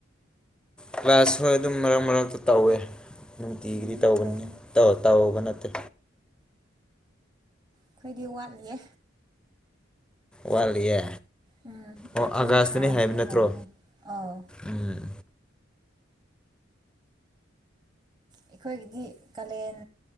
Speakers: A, in the centre; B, on the right (about 20°).
A: ꯀ꯭ꯂꯥꯁ ꯍꯣꯏ ꯑꯗꯨꯝ ꯃꯔꯛ ꯃꯔꯛꯇ ꯇꯧꯋꯦ ꯅꯨꯡꯇꯤꯒꯤꯗꯤ
B: ꯎꯝ
A: ꯇꯧꯕꯅꯤ
B: ꯐꯔꯦꯅꯦ
A: ꯇꯧ ꯇꯧꯕ ꯅꯠꯇꯦ
B: ꯑꯩꯈꯣꯏꯗꯤ ꯋꯥꯠꯂꯤꯌꯦ
A: ꯋꯥꯠꯂꯤꯌꯦ
B: ꯎꯝ
A: ꯑꯣ
B: ꯃꯊꯪ
A: ꯑꯥꯒꯥꯥꯁꯇꯅꯤ
B: ꯊꯥꯗꯒꯤ
A: ꯍꯥꯏꯕ ꯅꯠꯇ꯭ꯔꯣ
B: ꯍꯧꯒꯅꯤ ꯑꯧ
A: ꯎꯝ
B: ꯑꯩꯈꯣꯏꯒꯤꯗꯤ ꯀꯥꯂꯦꯟ